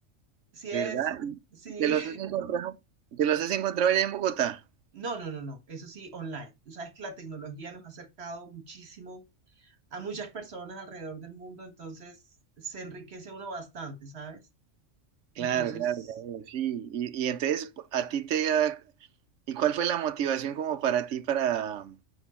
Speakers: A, on the right; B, on the right.
A: Si
B: ¿verdad?
A: es, si,
B: ¿Te los has encontrado? ¿Te los has encontrado allá en Bogotá?
A: <laughs> no, no, no, no, eso sí, online. Tú sabes que la tecnología nos ha acercado muchísimo a muchas personas alrededor del mundo, entonces se enriquece uno bastante, ¿sabes? Entonces,
B: Claro, claro, ya veo, sí. Y, y entonces, a ti te... ¿Y cuál fue la motivación como para ti para...